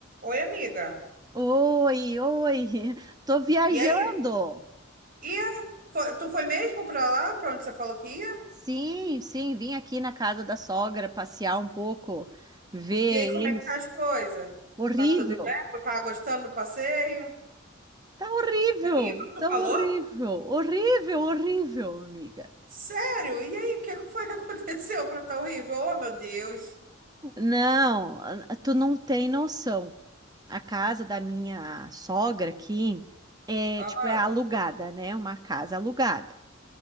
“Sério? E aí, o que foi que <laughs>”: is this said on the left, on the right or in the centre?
Right